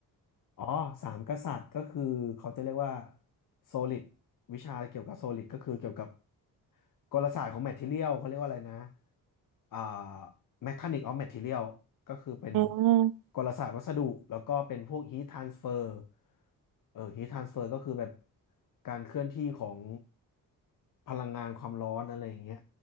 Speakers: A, on the left; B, on the right.
A: อ๋อสามกษัตริย์ก็คือเขาจะเรียกว่าโซลิดวิชาเกี่ยวกับโซลิดก็คือเกี่ยวกับกลศาสตร์ของแมท e เทียลเขาเรียกว่าอะไรนะอ่าแมคานิกออฟแมท e เ i ียลก็คือเป็น
B: อืม
A: กลศาสตร์วัสดุแล้วก็เป็นพวกฮีททรานสเฟอร์เออฮีททรานสเฟอร์ก็คือแบบการเคลื่อนที่ของพลังงานความร้อนอะไรอย่างเงี้ย